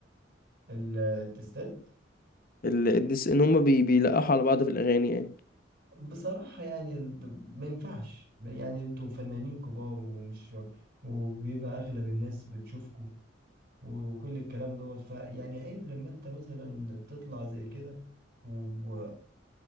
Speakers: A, on the right; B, on the left.
A: ال- التستات
B: ال- الدس ان هم بي بيلقحوا على بعض في الاغاني يعني
A: بصراحة يعني ب... ما ينفعش يعني انتوا فنانين كبار ومش وبيبقى اغلب الناس بتشوفكم وكل الكلام دوت فيعني عيب لما انت مثلا تطلع زي كده و...